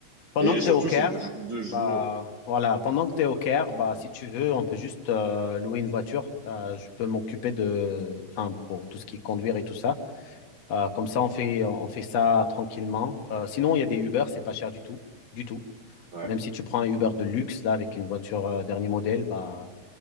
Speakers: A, on the left; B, on the right.
A: Pendant
B: et
A: que
B: surtout,
A: tu es au Caire,
B: c'est deux, deux jours.
A: bah, voilà, pendant que tu es au Caire, bah, si tu veux, on peut juste euh, louer une voiture. Euh, je peux m'occuper de, enfin, pour tout ce qui est conduire et tout ça. Euh, comme ça, on fait, on fait ça tranquillement. Euh, sinon, il y a des Uber, c'est pas cher du tout, du tout.
B: Ouais.
A: Même si tu prends un Uber de luxe, là, avec une voiture euh, dernier modèle, bah,